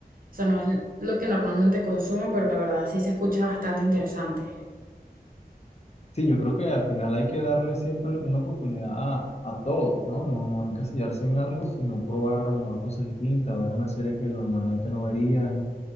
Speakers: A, on the right; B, on the left.
A: o sea, no es lo que normalmente consumo, pero la verdad sí se escucha bastante interesante.
B: Sí, yo creo que al final hay que darle siempre una oportunidad a, a todo, ¿no? No, no encasillarse en algo, sino probar a lo mejor cosas distintas, ver una serie que normalmente no verías,